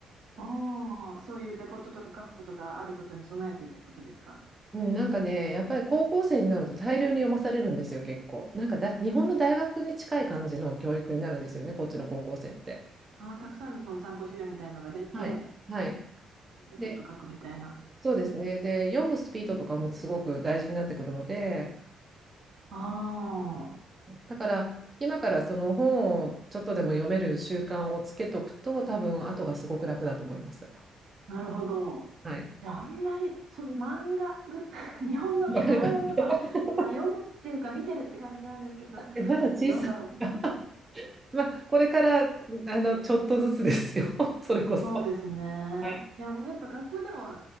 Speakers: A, on the right; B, on the right.
A: ああ、そういうレポートとか書くことがあることに備えてってことですか。
B: うん、なんかね、やっぱり高校生になると大量に読まされるんですよ、結構。なんかだ、日本の大学に近い感じの教育になるんですよね、こっちの高校生って。
A: ああ、たくさんのその参考資料みたいのが出て、
B: はい。はい。
A: レポート書くみたいな。
B: で、そうですね。で、読むスピードとかもすごく大事になってくるので、
A: あ
B: だから今からその本をちょっとでも読める習慣をつけとくと、多分後がすごく楽だと思います。
A: なるほど。
B: はい。
A: いや、あんまり、そうで、漫画ぐ、<laughs> 日本のとドラえもんとか、
B: <laughs> わかりますよ。だ
A: まあ、読むっていうか見てるって感じなんですけど、
B: ってまだ小さいから。
A: 読んだ方、
B: <laughs> まあ、これからあのちょっとずつですよ、<laughs> それこそ。
A: そうですね。
B: はい。
A: いや、もうやっぱ学校でも、